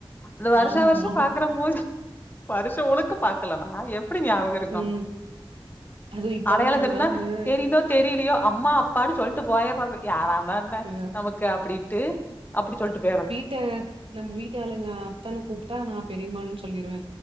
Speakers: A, on the left; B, on the right.
A: இந்தந்த வருஷா
B: ஆமா.
A: வருஷோ பாக்கற மூஞ்சி வருஷோ முழுக்க பாக்கலன்னா எப் எப்டி ஞாபகோ இருக்கு
B: ம். அதுவும் இப்பதான்
A: அடையாளோ
B: நாங்கல்லாம்
A: தெரினா
B: வந்து
A: தெரிதோ தெரியிலையோ அம்மா அப்பான்னு சொல்லிட்டு போயிட்றது யாராவத் மான்ன
B: ம்,
A: நமக்கு அப்பிடின்னு அப்புடி சொல்லிட்டு பேயிர்ற
B: த நம்ம வீட்டு ஆளுங்க அத்தானு கூப்ட்டா நா பெரியமான்னு சொல்லிருவே